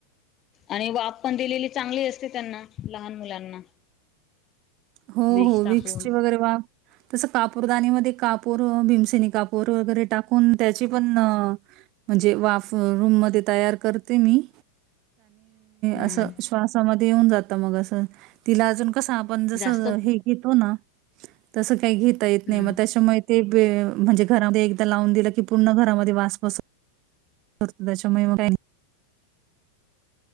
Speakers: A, on the left; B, on the right.
A: आणि वाफ पण दिलेली चांगली असते त्यांना लहान मुलांना.
B: हो
A: विष
B: हो
A: टाकून
B: विक्स ची वगैरे वा. तसं कापूरदानीमध्ये कापूर भीमसेनी कापूर वगैरे टाकून त्याचे पण. म्हणजे वाफ रूम मध्ये तयार करते मी,
A: <inaudible> हम्म
B: अस श्वासा मध्ये येऊन जात तिला अजून कस
A: जास्त
B: हे घेतो ना तस काही घेता
A: हम्म
B: येत नाही मग त्याच्यामुळे म्हणजे घरामध्ये एकदा लावून दिलं की पूर्ण घरामध्ये वास बस होत त्याच्यामुळे मग काही.